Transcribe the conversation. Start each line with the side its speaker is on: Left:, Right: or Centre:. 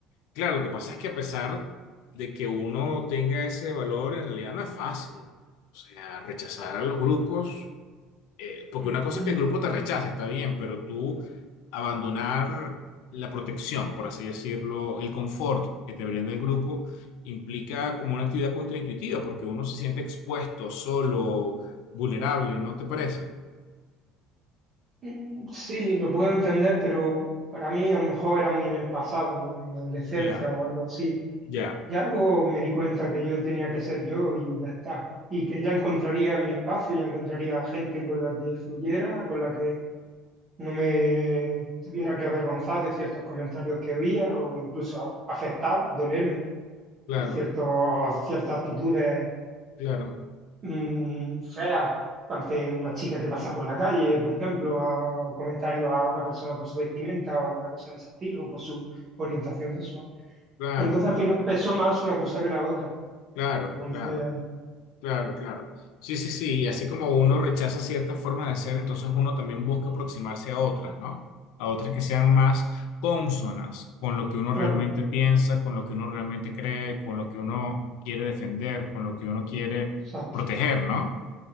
Left: Claro, lo que pasa es que a pesar de que uno tenga ese valor, en realidad no es fácil. O sea, rechazar a los grupos eh, porque
Right: Mm,
Left: una cosa es que el grupo te rechaza, está bien, pero tú abandonar la protección, por así decirlo, el confort que te brinda el grupo, implica como una actividad contraintuitiva, porque uno se siente expuesto, solo, vulnerable, ¿no te parece?
Right: mm, sí, lo puedo entender, pero para mí a lo mejor era muy en el pasado, en mi adolescencia
Left: Ya,
Right: o algo así
Left: ya,
Right: Ya luego me di cuenta que yo tenía que ser yo y ya está. Y que ya encontraría mi espacio, ya encontraría gente con la que fluyera, con la que no me tuviera que avergonzar de ciertos comentarios que había o incluso a- afectar, dolerme
Left: claro,
Right: de ciertos, ciertas actitudes
Left: claro,
Right: mm, feas ante una chica que pasa por la calle, por ejemplo, a- o comentarios a una persona por su vestimenta o alguna cosa de ese estilo, o por su orientación sexual.
Left: claro,
Right: Entonces
Left: claro,
Right: al final pesó más una cosa que la otra.
Left: claro,
Right: Entonces,
Left: claro. Claro, claro. Sí, sí, sí. Y así como uno rechaza ciertas formas de ser, entonces uno también busca aproximarse a otras, ¿no? A otras que sean más cónsonas con lo que uno
Right: claro,
Left: realmente piensa, con lo que uno realmente cree, con lo que uno quiere defender, con lo que uno quiere
Right: exacto,
Left: proteger, ¿no?